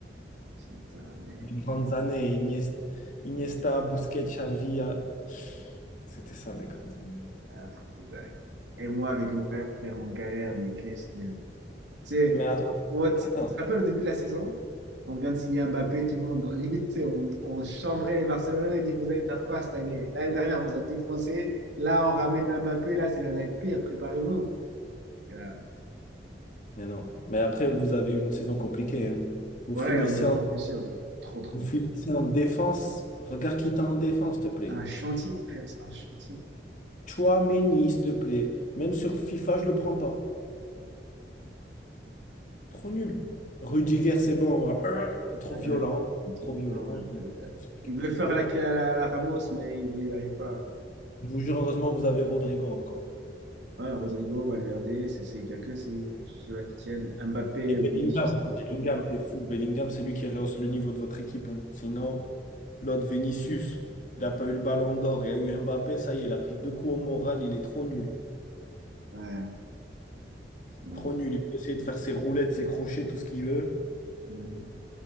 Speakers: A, on the right; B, on the left.
A: Putain, mais
B: grandes années, Ignes- Iniesta, Busquets, Xavi. euh, C'était ça, les grandes années.
A: un truc de dingue. Et moi, avec mon frère, frère, on galère, mais qu'est-ce que... Tu sais,
B: Mais attends,
A: moi, tu
B: attends.
A: tu te rappelles au début de la saison, on vient de signer Mbappé, tout le monde, on- limite, tu sais, on, on chambrait les Barcelonais, on dit, vous allez faire quoi cette année? L'année dernière, on vous a défoncé, là, on ramène Mbappé, là, c'est- ça va être pire, préparez-vous. Et là,
B: Mais non. Mais après, vous avez eu une saison compliquée. hein. Vous
A: ouais,
B: finissez
A: il y a trop
B: en,
A: de blessures, mec. Trop, trop
B: vous
A: de
B: finissez
A: blessures.
B: en défense. Regarde qui t'a en défense, s'il te plaît.
A: C'est un chantier, frère, c'est un chantier.
B: Chouameni, s'il te plaît. Même sur FIFA, je le prends pas. Trop nul. Rudiger, c'est bon. euh, trop
A: Ouais,
B: violent.
A: il est
B: Trop
A: trop
B: violent.
A: fort, ouais.
B: Il
A: Euh, Il
B: il
A: veut
B: fait des
A: faire
B: fautes.
A: la, la- la Ramos, mais il veut, il n'arrive pas.
B: Je vous jure, heureusement, vous avez Rodrigo encore.
A: Ouais, Rodrigo, Valverde, c'est c'est- il n'y a que ceux- ceux-là qui tiennent. Mbappé,
B: Et Bellingham.
A: Vinicius, ça marche
B: Bellingham,
A: pas.
B: t'es fou. Bellingham, c'est lui qui rehausse le niveau de votre équipe. hein. Sinon, l'autre Vinicius, il n'a pas eu le ballon d'or. Il y a eu Mbappé. Ça y est, il a pris deux coups au moral. Il est trop nul.
A: Ouais, non.
B: Trop nul. Il peut essayer de faire ses roulettes, ses crochets, tout ce qu'il veut.
A: Mhm.